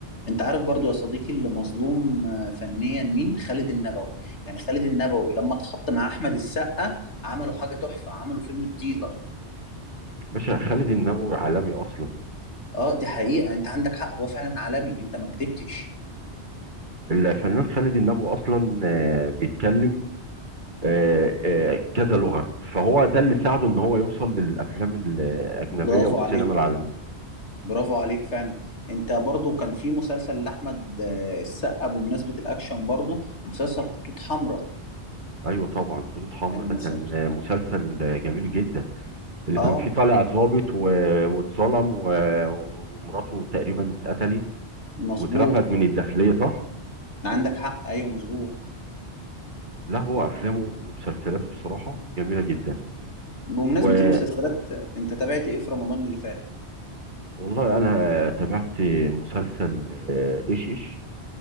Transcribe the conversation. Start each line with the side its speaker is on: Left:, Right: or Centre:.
Left: انت عارف برضو يا صديقي اللي مظلوم آه، فنيا مين خالد النبوي يعني خالد النبوي لما اتحط مع احمد السقا عملوا حاجة تحفة عملوا فيلم الديلر
Right: باشا خالد النبوي عالمي أصلا
Left: اه دي حقيقة انت عندك حق هو فعلا عالمي انت ما كدبتش
Right: الفنان خالد النبوي أصلا آه، بيتكلم آه، آه، كذا لغة فهو ده اللي ساعده إن هو يوصل للأفلام الأجنبية
Left: برافو
Right: والسينما
Left: عليك
Right: العالمية
Left: برافو عليك فعلا انت برضو كان في مسلسل لاحمد آه، السقا بمناسبة الاكشن برضو مسلسل خطوط حمراء
Right: ايوه طبعا خطوط حمراء
Left: المسلسل
Right: ده كان مسلسل جميل جدا اللي
Left: اه
Right: كان فيه طالع ظابط و- واتظلم و- ومراته تقريبا اتقتلت
Left: مظبوط
Right: واترفد من الداخليه صح؟
Left: عندك حق ايوه مظبوط
Right: لا هو افلامه ومسلسلاته بصراحه جميله جدا
Left: بمناسبة
Right: و-
Left: المسلسلات انت تابعت ايه في رمضان اللي فات؟
Right: والله انا تابعت مسلسل آه، ايش ايش